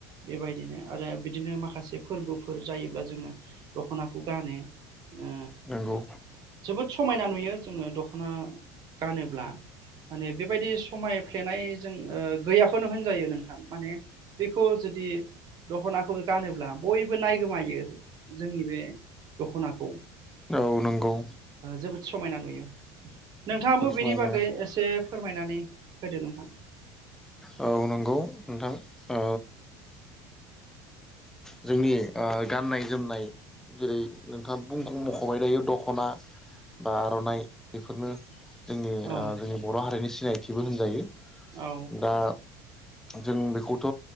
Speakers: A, on the right (about 45°); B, in the centre.
A: बेबायदिनो आरो बिदिनो माखासे फोरबोफोर जायोब्ला जोङो दख'नाखौ गानो ओ
B: नंगौ।
A: जोबोद समायना नुयो जोङो दख'ना गानोब्ला। माने बेबायदि समायफ्लेनाय जों गैयाखौनो होनजायो नोंथां माने बेखौ जों दिे <unintelligible> दख'नाखौ गानोब्ला बयबो नाय गोमायो जोंनि बे दख'नाखौ
B: औ नंगौ
A: जोबोद समायना नुयो नोंथाङाबो
B: समानो
A: बिनि बागै एसे फोरमायनानै होदो नोंथां।
B: औ नंगौ नोंथां ओ जोंनि गाननाय जोमनाय जेरै नोंथाङा बुंख मख'बाय दायो दख'ना बा आर'नाइ बेफोरनो जोंनि
A: औ
B: जोंनि बर' हारिनि सिनायथिबो होनजायो
A: औ
B: दा जों बेखौथ'